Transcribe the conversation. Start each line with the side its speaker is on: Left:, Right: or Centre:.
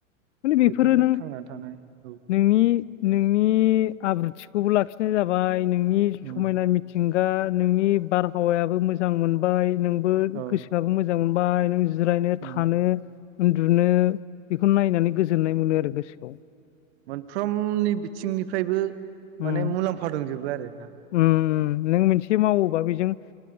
Left: माने बेफोरो
Right: बेफोरजों
Left: नों
Right: थांना थानाय औ
Left: नोंनि नोंनि आब्रुथिखौबो लाखिनाय जाबाय नोंनि
Right: उम
Left: समायना मिथिंगा नोंनि बारहावायाबो मोजां मोनबाय नोंबो
Right: औ
Left: गोसोआबो मोजां मोजां मोनबाय नों जिरायनो
Right: उम
Left: थानो उन्दु बिनो बेखौ नायनानै गोजोननाय मोनो आरो गोसोखौ
Right: मोनफ्रोमनि बिथिंनिफ्रायबो
Left: उम
Right: माने मुलाम्फा दंजोबो आरो ना
Left: उम उम नों मोनसे मावोबा बेजों